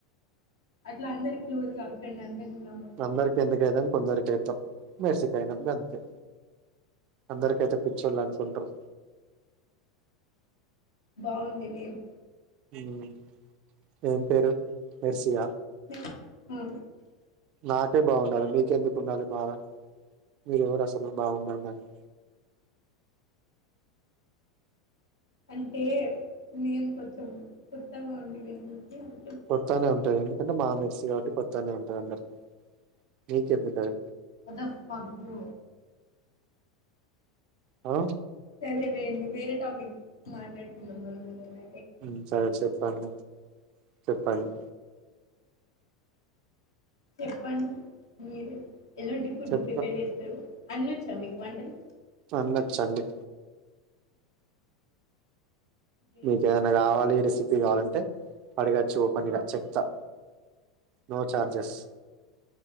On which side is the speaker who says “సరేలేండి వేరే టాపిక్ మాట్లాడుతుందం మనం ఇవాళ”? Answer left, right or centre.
Left